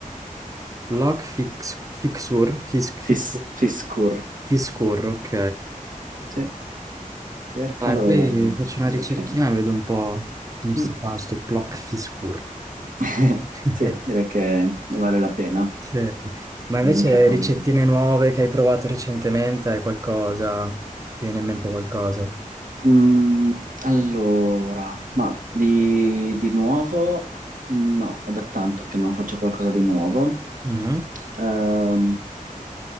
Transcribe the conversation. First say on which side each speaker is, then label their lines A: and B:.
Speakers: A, on the right (about 25°); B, on the right (about 70°).
A: لوك <laughs> fix- fixure fix- fix-
B: Fis- Fiskur.
A: fixure ok
B: Sì. Cercalo
A: Dai, poi
B: e
A: faccio una
B: direi
A: ricerchina
B: che...
A: e vedo un po' come sto
B: Mm.
A: fa sto block fixure
B: <laughs>
A: <laughs>
B: Sì, direi che ne vale la pena.
A: Sì. Ma invece
B: L'unica cosa.
A: ricettine nuove che hai provato recentemente, hai qualcosa? Ti viene in mente qualcosa?
B: Mm, allora, ma di, di nuovo no, è da tanto che non faccio qualcosa di nuovo.
A: Mhm.
B: Ehm,